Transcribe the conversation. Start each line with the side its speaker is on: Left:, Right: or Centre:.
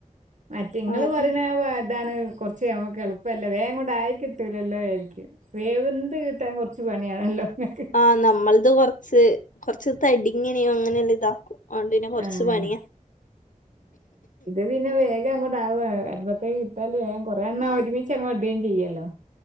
Right: മറ്റെങ്ങള്
Left: ആഹ്
Right: പറഞ്ഞ ഇതാണ് കുറച്ച് നമ്മുക്ക് എളുപ്പമല്ലേ വേം കൊണ്ട് ആയി കിട്ടൂല എല്ലോ ആരിക്കും വേവന്ത് കിട്ടാൻ കുറച്ച് പണിയാണല്ലോ നിക്ക്
Left: ആഹ നമ്മളത് കൊറ കുറച്ച് തടിങ്ങനെയോ അങ്ങനെല്ലാം ഇതാക്കും ഉണ്ടന്നെ കൊറച്ച്
Right: ആഹ്
Left: പണിയാ
Right: അന്നെ വേഗം അങ്ങോട്ടവ അരുപത്തേക്ക് കട്ടല് വേം കുറെേന്നാ ഒരുമിച്ച് അങ്ങോ ഇടുകയും ചെയ്യല്ലോ